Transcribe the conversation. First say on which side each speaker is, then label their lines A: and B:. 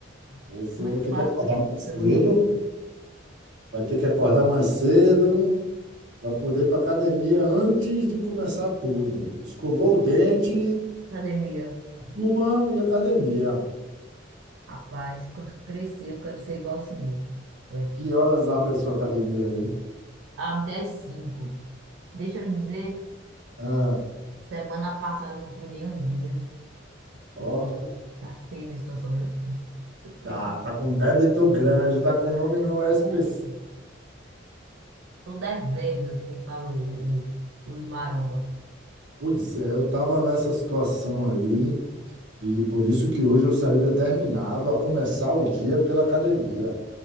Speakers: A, on the right (about 70°); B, on the right (about 80°).
A: Você
B: Como
A: vai
B: é que eu
A: ter
B: faço
A: que acordar
B: para chegar
A: mais cedo,
B: o nível?
A: vai ter que acordar mais cedo para poder ir para academia antes de começar tudo. Escovou o dente,
B: Academia.
A: uma e academia.
B: Rapaz, quando eu crescer, eu quero ser igual ao senhor. Ué,
A: Que horas abre a sua academia aí?
B: abre às 5. Deixa eu lhe dizer,
A: Ah,
B: semana passada eu não fui nem um dia.
A: ó.
B: Tô... Tá feia a minha situação, viu? Tô... pre-
A: Tá, tá com débito grande, tá com nome no SPC.
B: Oxe, tô devendo, que nem fala o, o- os maromba.
A: Pois é, eu tava nessa situação aí e por isso que hoje eu saí determinado a começar o dia pela academia.